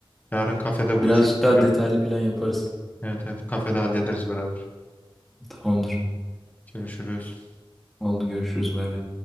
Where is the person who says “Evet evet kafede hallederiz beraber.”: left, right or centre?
Left